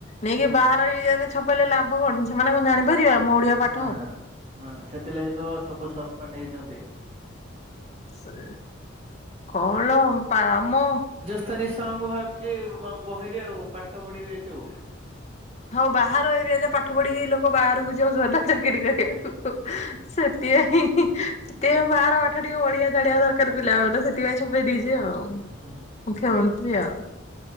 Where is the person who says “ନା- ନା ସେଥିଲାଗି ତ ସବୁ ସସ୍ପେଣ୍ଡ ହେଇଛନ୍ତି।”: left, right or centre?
Right